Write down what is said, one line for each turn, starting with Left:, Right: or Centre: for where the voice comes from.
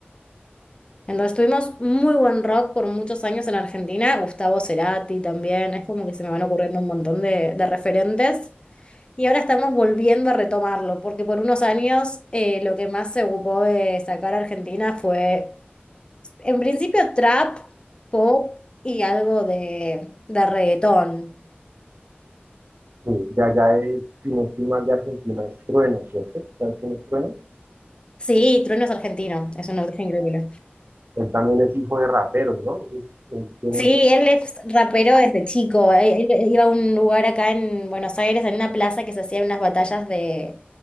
Left: Entonces tuvimos muy buen rock por muchos años en Argentina, Gustavo Cerati también, es como que se me van ocurriendo un montón de, de referentes. Y ahora estamos volviendo a retomarlo, porque por unos años eh, lo que más se ocupó de sacar a Argentina fue, en principio, trap, pop y algo de, de reggaetón.
Right: Sí, de allá es, si no estoy mal, de Argentina es Trueno, ¿cierto? ¿Tú ¿Sabes quién es Trueno?
Left: Sí, Trueno es argentino, es un origen increíble.
Right: Él también es hijo de raperos, ¿no? Es, es- tiene
Left: Sí,
Right: su-
Left: él es rapero desde chico. Él él iba a un lugar acá en Buenos Aires, en una plaza que se hacían unas batallas de,